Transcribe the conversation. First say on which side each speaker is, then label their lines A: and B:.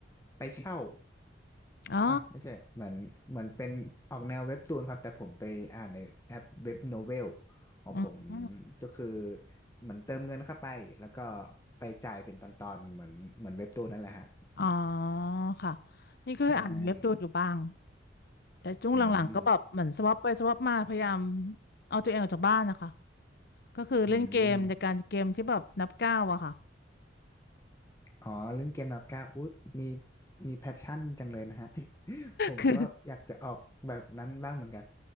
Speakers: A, on the left; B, on the left.
A: ไปเช่า
B: อ๋อ
A: อ่ะไม่ใช่เหมือนเหมือนเป็นออกแนวเว็บตูนครับแต่ผมไปอ่านในแอปเว็บโนเวลของผม
B: อืม
A: ก็คือเหมือนเติมเงินเข้าไปแล้วก็ไปจ่ายเป็นตอนๆเหมือนเหมือนเว็บตูนนั่นแหละฮะ
B: อ๋อค่ะนี่ก็เคยอ่านเว็บตูนอยู่บ้าง
A: ใช่
B: แต่ช่วงหลังๆก็แบบเหมือนสวอปไปสวอปมาพยายาม
A: อืม
B: เอาตัวเองออกจากบ้านนะคะก็คือเล่นเกมในการเกมที่แบบนับก้าวอะค่ะ
A: อืมอ๋อเล่นเกมนับก้าวอุ๊ยมีมีแพชชั่นจังเลยนะฮะ <laughs> ผมก็อยากจะออกแบบนั้นบ้างเหมือนกัน
B: <laughs> คือ